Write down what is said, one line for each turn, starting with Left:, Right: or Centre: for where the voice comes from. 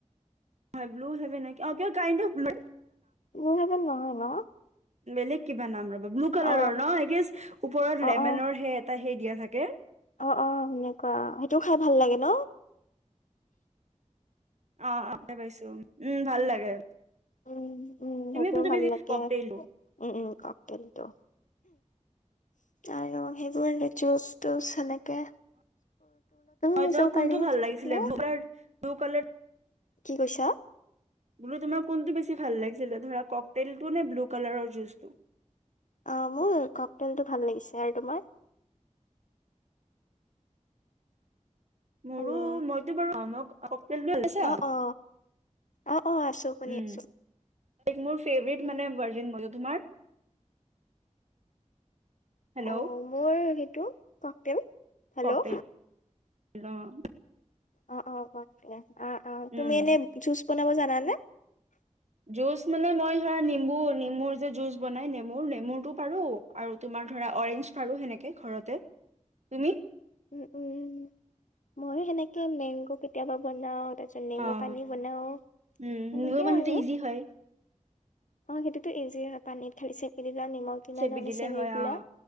Right: হয় ব্লু হ নেকি কণ্ অফ ব্ল
Left: <unintelligible>
Right: বেলেগ কিবা নাম ব্লু কালাৰৰ
Left: অ
Right: ন এ গেষ্ট
Left: অ
Right: লেমেনৰ
Left: অ
Right: সে এটা স দিয়া থাকে
Left: অ অ সেনেকুৱা সেইটো খাই ভাল লাগে ন
Right: অ আগতে পাইছো উম ভাল লাগে
Left: উম উম
Right: তুমি
Left: মোকও
Right: কোনটো
Left: ভাল
Right: বেছি
Left: লাগে
Right: ককটেলটো
Left: উম উম ককটেলটো আৰু সেইবোৰ আৰু জুচ তুচ সেনেকে
Right: মই
Left: লৈ
Right: তোমাক
Left: যাব
Right: কোনটো
Left: পাৰি
Right: ভাল লাগিছিলে
Left: ন
Right: ব্লু ব্লু কালাৰ
Left: কি কৈছা
Right: বোলো তোমাৰ কোনটো বেছি ভাল লাগিছিলে ধৰা ককটলটো নে ব্লু কালাৰৰ জুচটো
Left: অ মোৰ কক তেলটো ভাল লাগিছে আৰু তোমাৰ
Right: মোৰো
Left: হেল্ল'
Right: মইতো বাৰু অ ককটেলটো লৈছা
Left: অ অ অ অ আছো শুনি
Right: উম
Left: আছো
Right: মোৰ ফেবেট
Left: অ
Right: মানে ভাৰ্জিন মই তোমাৰ হেল্ল'
Left: অ মোৰ সেইটো ককটেল হেল্ল'
Right: ককটেল অ
Left: অ অ কে অ অ তুমি
Right: উম
Left: এনে জুজ বনাব জানা ন নে
Right: জুচ মানে মই ধৰা নেম্বু নেমুৰ যে জুচ বনাই নেমুৰ নেমুৰতটো পাৰো আৰু তোমাৰ ধৰা অৰেঞ্জ পাৰো সেনেকে ঘৰতে তুমি
Left: উম উম ময়ো সেনেকে মেংগো কেতিয়াবা বনাও তাৰ পাছত নেমু
Right: অ
Left: পানী বনাও
Right: উম
Left: সেনেকেও
Right: নিমু পানীটো
Left: আৰু
Right: ইজি হয়
Left: অ' সেইটো জি পানীত খালিছে দিলা নিমখ দিমানল
Right: চেপি দিলে
Left: চেনবিলা
Right: হয় অ